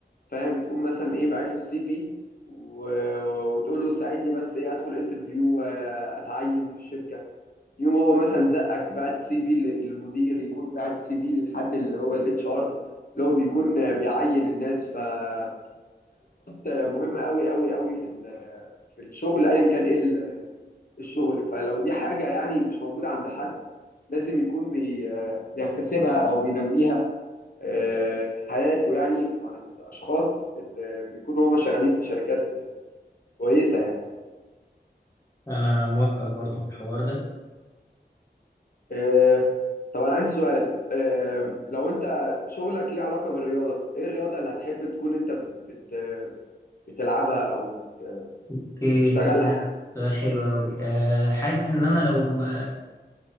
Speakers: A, on the left; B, on the left.
A: فاهم تقوم مثلا ايه باعت له السي في و- وتقول له ساعدني بس ايه ادخل انترفيو آه، اتعين في الشركه يوم هو مثلا زقك بعت السي في للمدير يكون بعت السي في للحد اللي هو الاتش ار اللي هو بيكون آه، بيعين الناس فالعلاقات آه، مهمه قوي قوي قوي في ال- آه، في الشغل ايا كان ايه ال- الشغل فلو دي حاجه يعني مش موجوده عند حد لازم يكون بي آه، بيكتسبها او بينميها آه، في حياته يعني مع الاشخاص اللي بيكونوا هما شغالين في شركات كويسه يعني
B: انا موافقك برضو في الحوار ده
A: آه، طب انا عندي سؤال آه، لو انت شغلك ليه علاقه بالرياضه ايه الرياضه اللي هتحب تكون انت بت بتلعبها او بت
B: اوكي
A: بتشتغلها
B: سؤال
A: يعني
B: سؤال حلو أوي أه حاسس إن أنا لو